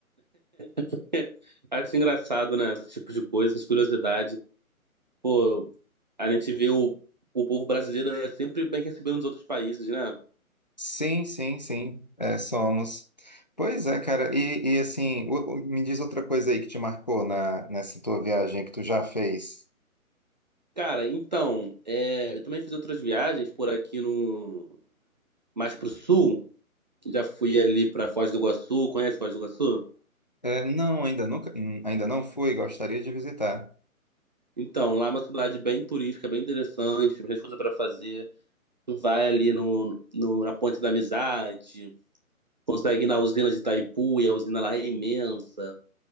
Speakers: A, on the right; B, on the left.
A: <laughs> Acho engraçado, né? Esse tipo de coisa, essas curiosidades. Pô, a gente vê o, o povo brasileiro é sempre bem recebido nos outros países, né?
B: Sim, sim, sim, é, somos. Pois é, cara, e, e assim, o- o- me diz outra coisa aí que te marcou na, nessa tua viagem que tu já fez.
A: Cara, então, é, eu também fiz outras viagens por aqui no... Mais pro sul. Já fui ali pra Foz do Iguaçu. Conhece Foz do Iguaçu?
B: É, não, ainda nunca, hum, ainda não fui, gostaria de visitar.
A: Então, lá é uma cidade bem turística, bem interessante, tem bastante coisa para fazer. Tu vai ali no, no- na Ponte da Amizade, consegue ir na usina de Itaipu, e a usina lá é imensa.